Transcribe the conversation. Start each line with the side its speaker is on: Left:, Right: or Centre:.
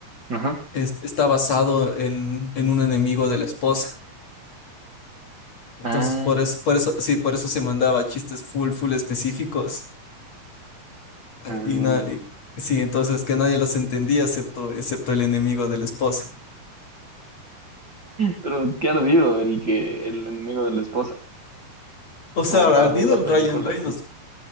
Right: ajá.
Left: es- está basado en, en un enemigo de la esposa. Entonces,
Right: Ah,
Left: por eso, por eso, sí, por eso se mandaba chistes full, full específicos. eh,
Right: ah.
Left: Y, na- y- sí, entonces que nadie los entendía excepto, excepto el enemigo de la esposa.
Right: Pero qué ardido el que el enemigo de la esposa,
Left: O
Right: como
Left: sea, ardido
Right: para ver la
Left: el
Right: película
Left: Ryan Reynolds.
Right: así.